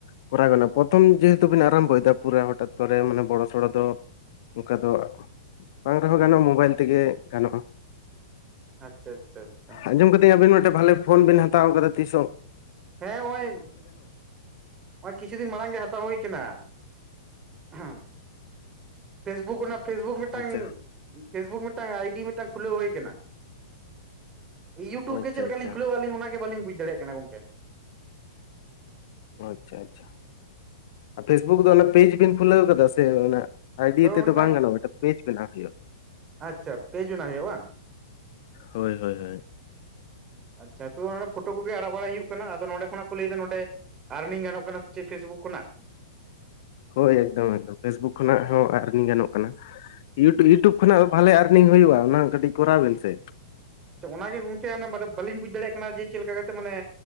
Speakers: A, on the left (about 50°); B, on the right (about 25°).
A: ᱠᱚᱨᱟᱣ ᱜᱟᱱᱚᱜᱼᱟ ᱯᱚᱛᱷᱚᱢ ᱡᱮᱦᱮᱛᱩ ᱵᱤᱱ ᱟᱨᱟᱢᱵᱷᱚᱭᱮᱫᱟ ᱯᱩᱨᱟᱹ ᱦᱚᱴᱟᱛ ᱠᱚᱨᱮ ᱢᱟᱱᱮ ᱵᱚᱲᱚ ᱥᱚᱲᱚ ᱫᱚ ᱚᱝᱠᱟ ᱫᱚ ᱵᱟᱝ ᱨᱮᱦᱚᱸ ᱜᱟᱱᱚᱜᱼᱟ ᱢᱳᱵᱟᱭᱤᱞ ᱛᱮᱜᱮ ᱜᱟᱱᱚᱜᱼᱟ
B: ᱟᱪᱪᱷᱟ ᱟᱪᱪᱷᱟ ᱟᱪᱪᱷᱟ
A: ᱟᱸᱡᱚᱢ ᱠᱟᱹᱫᱤᱧ ᱟᱵᱤᱱ ᱢᱤᱫᱴᱮᱜ ᱵᱷᱟᱞᱮ ᱯᱷᱳᱱ ᱵᱤᱱ ᱦᱟᱛᱟᱣ ᱠᱟᱫᱟ ᱛᱤᱥᱦᱚᱸ
B: ᱦᱮᱸ ᱦᱳᱭ ᱦᱚᱜᱚᱭ ᱠᱤᱪᱷᱩ ᱫᱤᱱ ᱢᱟᱲᱟᱝ ᱜᱮ ᱦᱟᱛᱟᱣ ᱦᱳᱭ ᱠᱟᱱᱟ ᱦᱮᱸ ᱯᱷᱮᱥᱵᱩᱠ ᱚᱱᱟ ᱯᱷᱮᱥᱵᱩᱠ ᱢᱤᱫᱴᱟᱝ
A: ᱟᱪᱪᱷᱟ
B: ᱯᱷᱮᱥᱵᱩᱠ ᱢᱤᱫᱴᱟᱝ ᱟᱭᱰᱤ ᱢᱤᱫᱴᱟᱝ ᱠᱷᱩᱞᱟᱹᱣ ᱦᱩᱭ ᱠᱟᱱᱟ᱾ ᱤᱭᱩᱴᱩᱵᱽ
A: ᱟᱪᱪᱷᱟ
B: ᱜᱮ ᱪᱮᱜ ᱞᱮᱠᱟᱞᱤᱧ
A: ᱟᱪᱪᱷᱟ
B: ᱠᱷᱩᱞᱟᱹᱣᱟ ᱟᱹᱞᱤᱧ ᱚᱱᱟᱜᱮ ᱵᱟᱹᱞᱤᱧ ᱵᱩᱡᱽ ᱫᱟᱲᱮᱭᱟᱜ ᱠᱟᱱᱟ ᱜᱚᱝᱠᱮ
A: ᱟᱪᱷᱟ ᱟᱪᱷᱟ ᱯᱷᱮᱥᱵᱩᱠ ᱫᱚ ᱚᱱᱟ ᱯᱮᱡᱽ ᱵᱤᱱ ᱠᱷᱩᱞᱟᱹᱣ ᱠᱟᱫᱟ ᱥᱮ ᱚᱱᱟ ᱟᱭᱰᱤ ᱛᱮᱫᱚ
B: ᱢᱤᱫᱴᱟᱝ
A: ᱵᱟᱝ ᱜᱟᱱᱚᱜᱼᱟ ᱢᱤᱴᱮᱜ ᱯᱮᱡᱽ ᱵᱮᱱᱟᱣ ᱦᱩᱭᱩᱜᱼᱟ ᱾
B: ᱟᱪᱪᱷᱟ ᱯᱮᱡᱽ ᱵᱮᱱᱟᱣ ᱦᱩᱭᱩᱜᱼᱟ ᱵᱟᱝ
A: ᱦᱳᱭ ᱦᱳᱭ ᱦᱳᱭ
B: ᱟᱪᱷᱟ ᱛᱚ ᱯᱷᱳᱴᱳ ᱠᱚᱜᱮ ᱟᱲᱟᱜ ᱵᱟᱲᱟᱭ ᱦᱩᱭᱩᱜ ᱠᱟᱱᱟ ᱟᱫᱚ ᱱᱚᱸᱰᱮ ᱠᱷᱚᱱᱟᱜ ᱠᱚ ᱞᱟᱹᱭ ᱮᱫᱟ ᱱᱚᱸᱰᱮ ᱟᱨᱱᱤᱝ ᱜᱟᱱᱚᱜ ᱠᱟᱱᱟ ᱥᱮ ᱪᱮᱫ ᱯᱷᱮᱥᱵᱩᱠ ᱠᱷᱚᱱᱟᱜ
A: ᱦᱳᱭ ᱮᱠᱫᱚᱢ ᱮᱠᱫᱚᱢ ᱯᱷᱮᱥᱵᱩᱠ ᱠᱷᱚᱱᱟᱜ ᱦᱚᱸ ᱟᱨᱱᱤᱝ ᱜᱟᱱᱚᱜ ᱠᱟᱱᱟ᱾ ᱤᱭᱩᱴᱩ ᱤᱭᱩᱴᱩᱵᱽ ᱠᱷᱚᱱᱟᱜ ᱵᱷᱟᱞᱮ ᱟᱨᱱᱤᱝ ᱦᱩᱭᱩᱜᱼᱟ ᱚᱱᱟ ᱠᱟᱹᱴᱤᱡ ᱠᱚᱨᱟᱣ ᱵᱮᱱ ᱥᱮ
B: ᱟᱪᱷᱟ ᱚᱱᱟᱜᱮ ᱜᱚᱝᱠᱮ ᱵᱟᱰᱮ ᱵᱟᱞᱤᱧ ᱵᱩᱡᱽ ᱫᱟᱲᱮᱭᱟᱜ ᱠᱟᱱᱟ ᱡᱮ ᱪᱮᱜ ᱞᱮᱠᱟ ᱠᱟᱛᱮᱜ ᱢᱟᱱᱮ